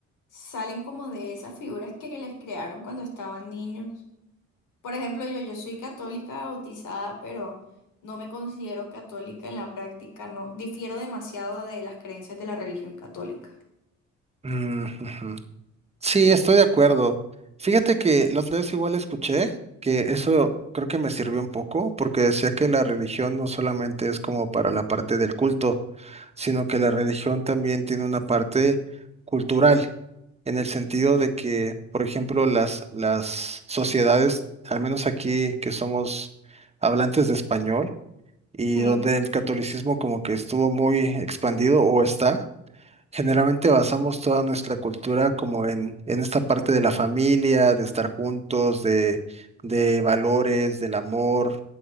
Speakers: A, on the left; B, on the right.
A: salen como de esas figuras que les crearon cuando estaban niños. Por ejemplo, yo, yo soy católica bautizada, pero no me considero católica en la práctica, no difiero demasiado de las creencias de la religión católica.
B: Mm, ujú. Sí, estoy de acuerdo. Fíjate que la otra vez igual escuché que eso creo que me sirvió un poco porque decía que la religión no solamente es como para la parte del culto, sino que la religión también tiene una parte cultural, en el sentido de que, por ejemplo, las, las sociedades, al menos aquí que somos hablantes de español y
A: Sí.
B: donde el catolicismo como que estuvo muy expandido o está. Generalmente basamos toda nuestra cultura como en, en esta parte de la familia, de estar juntos, de, de valores, del amor.